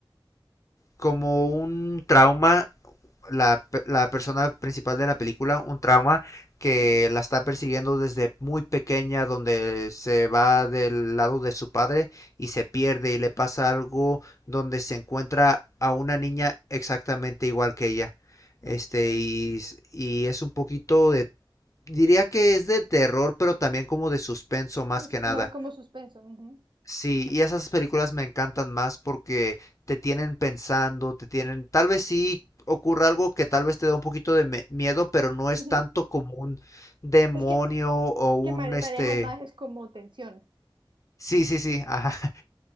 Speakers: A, on the left; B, on the right.
A: como un trauma la, la persona principal de la película un trauma que
B: Ujú.
A: la está persiguiendo desde muy pequeña, donde se va del lado de su padre y se pierde y le pasa algo donde se encuentra a una niña exactamente igual que ella. Este,
B: Ok.
A: y, y es un poquito de, diría que es de terror, pero también como de suspenso más
B: Es
A: que nada.
B: más como suspenso. ujú,
A: Sí, y esas películas me encantan más porque te tienen pensando, te tienen, tal vez sí ocurra algo que tal vez te da un poquito de me- miedo, pero no
B: ujú.
A: es tanto como un demonio
B: Es que,
A: o
B: es
A: un
B: que mane-
A: este.
B: manejas más es como tensión.
A: Sí, sí, sí, ajá. <laughs>